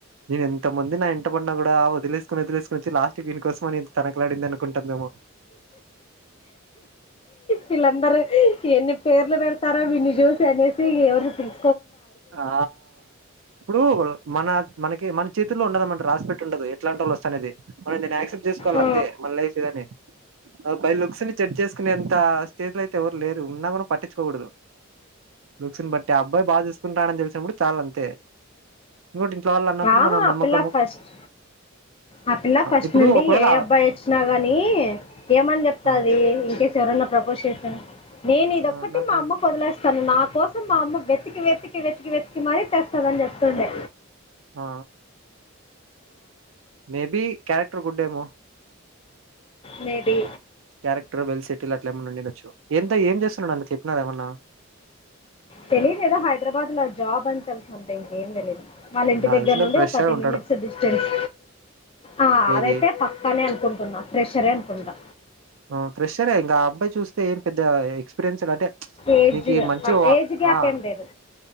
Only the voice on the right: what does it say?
నేను ఎంతమంది నా ఎంట పడిన కూడా వదిలేసుకుని వదిలేసుకుని వచ్చి లాస్ట్ దీనికోసం అని తనకలాడింది అనుకుంటుందేమోము
ఆ ఇప్పుడు మన మనకి మన చేత్ తులో ఉండదన మాట రాసిపెట్ ఉండదు ఎట్లాంటోళ్ళు వస్తానేది మనం దాన్ని యాక్సెప్ట్ చేసుకోవాలింతే
మన లైఫ్ ఇదని బై లుక్స్ ని చెడ్ చేసుకునే ఎంత స్టేజ్ లో అయితే ఎవరు లేరు ఉన్నా కూడా పట్టించుకోకూడదు లుక్స్ ని బట్టి ఆ అబ్బాయి బాచుస్ నా తెలిసినప్పుడు చాల్ అంతే ఇంకోటి ఇంట్లో వాళ్ళు అన్నప్పుడు
మనం
నమ్మకం
ఇప్పుడు
ఒకవేళ
ఆ
ఆ నాకే
ఆ మేబీ క్యారెక్టర్ గుడ్ ఏమో
క్యారెక్టర్ వెల్ సెట్టిల్ అట్లా ఏమన్నా ఉండిండచ్చు ఎంత ఏం చేస్తున్నాడు అంట చెప్పినార ఏమన్నా
నాకు
తెలిసినంత
వరకు ఫ్రెష్
గా ఉంటాడు
ఏది
అ ఫ్రెషరె ఇంగ ఆ అబ్బాయి చూస్తే ఏం పెద్ద ఎక్స్పీరియన్స్డ్ అంటే
నీకి ఈ మంచి ఓ
ఆ